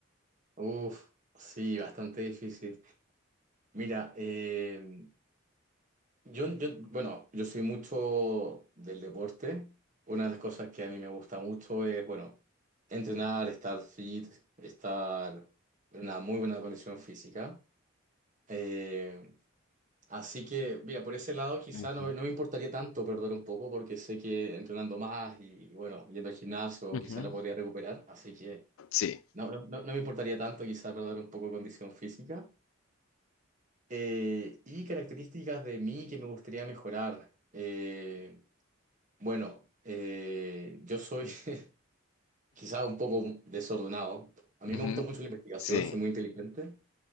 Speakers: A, on the right; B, on the left.
A: Uf, sí, bastante difícil. Mira, eh, yo, yo, bueno, yo soy mucho del deporte. Una de las cosas que a mí me gusta mucho es, bueno, entrenar, estar fit, estar en una muy buena condición física. Eh, Así que, mira, por ese lado quizá
B: Ujú,
A: no, me no me importaría tanto perder un poco porque sé que entrenando más y, bueno, yendo al gimnasio
B: ujú,
A: quizá lo podría recuperar. Así que
B: Sí,
A: no, no, no- no me importaría tanto quizá perder un poco de condición física. Eh, y características de mí que me gustaría mejorar. Eh, bueno, eh, yo soy <laughs> quizá un poco desordenado. A mí
B: ujú.
A: me gusta mucho la investigación,
B: sí,
A: soy muy inteligente.